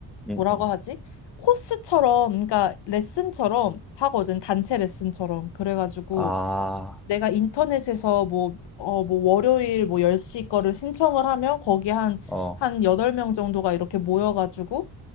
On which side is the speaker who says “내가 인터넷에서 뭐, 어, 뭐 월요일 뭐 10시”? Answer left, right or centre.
Left